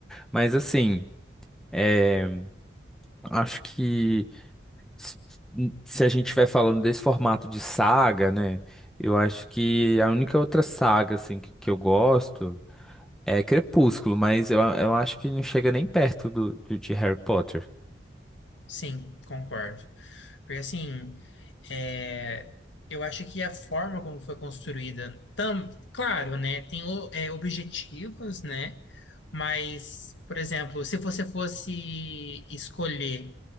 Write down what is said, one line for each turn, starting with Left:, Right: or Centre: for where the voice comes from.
Centre: Mas assim, é, acho que se se a gente estiver falando desse formato de saga, né? Eu acho que a única outra saga, assim, que, que eu gosto é Crepúsculo, mas eu, eu acho que não chega nem perto do, do- de Harry Potter.
Left: Sim, concordo. Porque assim, é, eu acho que a forma como foi construída, tam, claro, né, tem o- é, objetivos, né, mas, por exemplo, se você fosse escolher